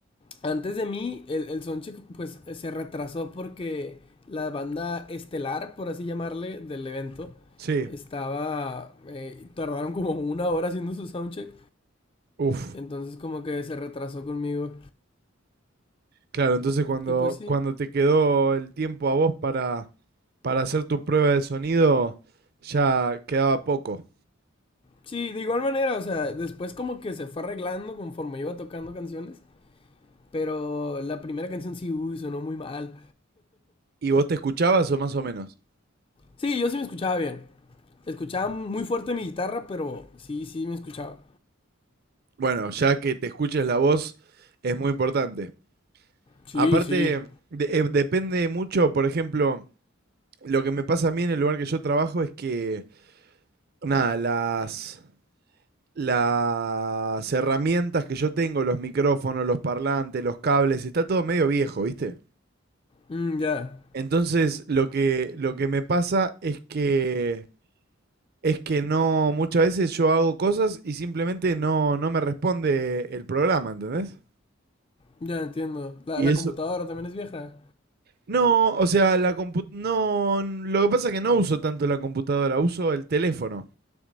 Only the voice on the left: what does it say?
antes de mí el, el soundcheck pues se retrasó porque la banda estelar, por así llamarle, del evento
estaba... eh, tardaron como una hora haciendo su soundcheck.
Entonces como que se retrasó conmigo.
Y pues sí,
Sí, de igual manera, o sea, después como que se fue arreglando conforme iba tocando canciones, pero la primera canción sí, uy, sonó muy mal.
Sí, yo sí me escuchaba bien. Escuchaba muy fuerte mi guitarra, pero sí, sí me escuchaba.
Sí,
sí.
Mm, ya,
ya entiendo. La,
la
computadora también es vieja.